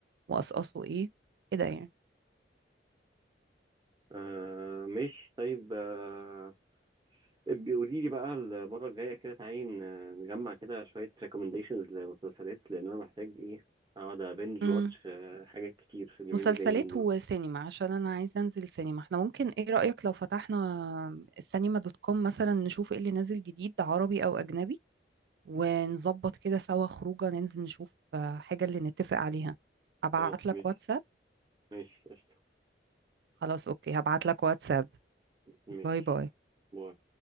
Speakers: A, on the right; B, on the right.
A: واقصاصه ايه كده يعني
B: آه ماشي طيب آه بيقولي لي بقى المرة الجاية كده تعالي ن- نجمع كده شوية recommendations لمسلسلات لأن أنا محتاج إيه أقعد أبنج
A: امم
B: واتش حاجات كتير في اليومين
A: مسلسلات
B: الجايين دول
A: وسينما عشان انا عايزه انزل سينما احنا ممكن ايه رايك لو فتحنا السينما دوت كوم مثلا نشوف ايه اللي نازل جديد عربي او اجنبي ونظبط كده سوا خروجه ننزل نشوف آه، حاجه اللي نتفق عليها ابعت
B: خلاص
A: لك
B: ماشي
A: واتساب
B: ماشي قشطة
A: خلاص اوكي هبعت لك واتساب
B: ماشي
A: باي باي
B: باي